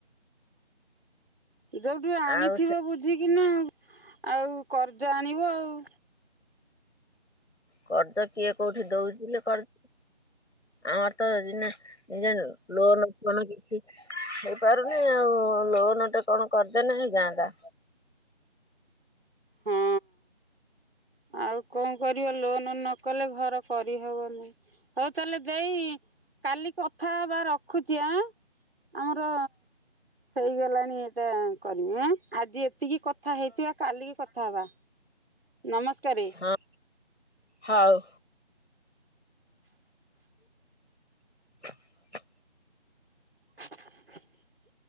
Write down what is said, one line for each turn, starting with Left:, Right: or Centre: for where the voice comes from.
Right: ଯୋଉଠୁ ଆଣିଥିବ
Left: ଆଉ ସେ
Right: ବୁଝିକିନା ଆଉ କରଜ ଆଣିବ ଆଉ।
Left: କରଜ କିଏ କୋଉଠି ଦେଉଚି ଲୋ କରଜ ଆମର ତ ଏଇନା <unintelligible> ଲୋନ ଫୋନ କିଛି ହେଇପାରୁନି ଆଉ ଲୋନଟେ କଣ କରି ଦେନେ ହେଇଯାନ୍ତା।
Right: ହଁ ଆଉ କଣ କରିବା ଲୋନ ନ କଲେ ଘର କରିହେବ ନେଇଁ। ହଉ ତାହେଲେ ଦେଇ କାଲି କଥା ହେବା ରଖୁଚି। ଆଁ? ଆମର ହେଇଗଲାଣି ଏଇଟା କରିମି ଆଁ। ଆଜି ଏତିକି କଥା ହେଇଥିବା କାଲିକି କଥା ହବା ନମସ୍କାର।
Left: ହଁ ହଉ। <inaudible>
Right: <inaudible>